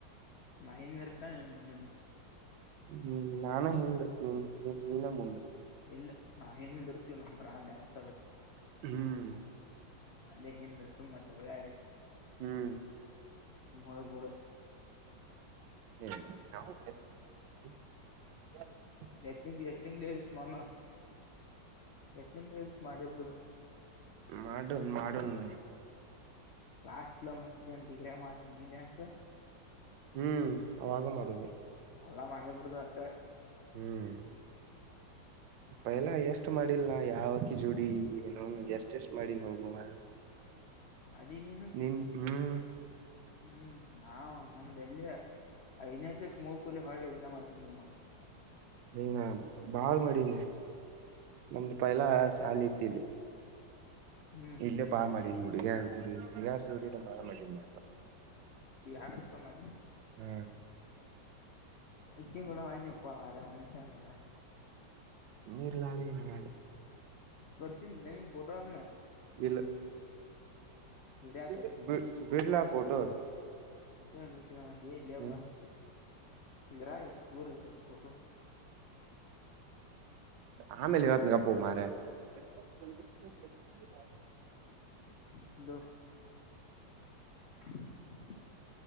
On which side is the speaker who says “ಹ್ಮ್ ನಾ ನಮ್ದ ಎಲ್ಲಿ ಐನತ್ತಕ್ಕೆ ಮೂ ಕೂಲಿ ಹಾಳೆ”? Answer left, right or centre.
Left